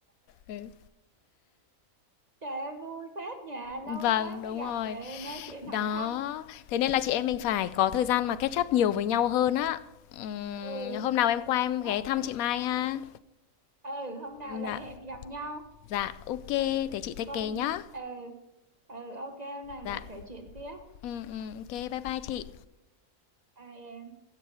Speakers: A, on the left; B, on the right.
A: Ừ.
B: trời ơi vui phết nhà lâu
A: Vâng,
B: quá
A: đúng
B: mới gặp
A: rồi.
B: để nói chuyện
A: Đó,
B: hỏi thăm
A: thế nên là chị em mình phải có thời gian mà catch up nhiều với nhau hơn á. Ừm,
B: ừ
A: hôm nào em qua em ghé
B: hо-
A: thăm chị Mai ha.
B: ừ hôm nào
A: Dạ.
B: lại hẹn gặp nhau
A: Dạ, ok,
B: Đợi đi con,
A: thế chị take
B: con
A: care nhá.
B: ờ ờ ok hôm nào lại
A: Dạ.
B: kể chuyện tiếp
A: Ừ ừ, ok, bye bye chị.
B: Ai